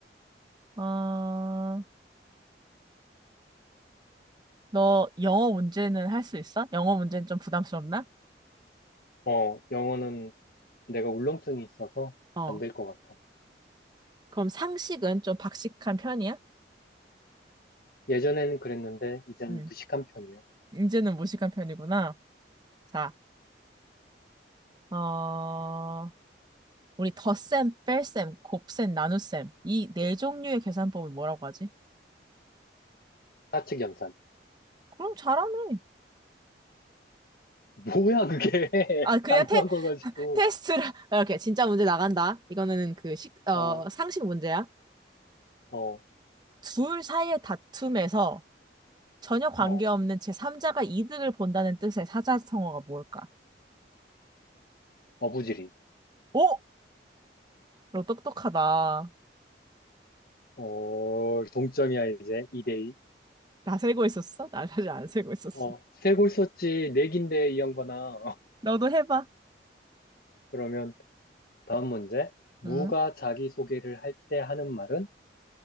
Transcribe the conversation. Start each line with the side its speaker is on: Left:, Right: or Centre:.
Right: 아, 너 영어 문제는 할 수 있어? 영어 문제는 좀 부담스럽나?
Left: 어, 영어는 내가 울렁증이 있어서
Right: 어.
Left: 안 될 것 같아.
Right: 그럼 상식은 좀 박식한 편이야?
Left: 예전에는 그랬는데, 이젠
Right: 음,
Left: 무식한 편이야.
Right: 이제는 무식한 편이구나. 자, 어, 우리 덧셈, 뺄셈, 곱셈, 나눗셈. 이 네 종류의 계산법을 뭐라고 하지?
Left: 사측 연산.
Right: 그럼 잘하네.
Left: 뭐야, 그게. <laughs>
Right: 아, 그냥
Left: 당연한
Right: 테,
Left: 거 가지고.
Right: 테스트를. <laughs> 이렇게 진짜 문제 나간다. 이거는 그 식, 어,
Left: 어,
Right: 상식 문제야.
Left: 어,
Right: 둘 사이의 다툼에서 전혀 관계없는
Left: 어,
Right: 제3자가 이득을 본다는 뜻의 사자성어가 뭘까?
Left: 어부지리.
Right: 오! 너 똑똑하다.
Left: 어, 동점이야, 이제. 2대2.
Right: 나 세고 있었어? 나 사실 안 세고 있었어.
Left: 어, 세골 썼지, 내긴데, 이 양반아. <laughs>
Right: 너도 해봐.
Left: 그러면, 다음 문제. 무가
Right: 응?
Left: 자기소개를 할 때 하는 말은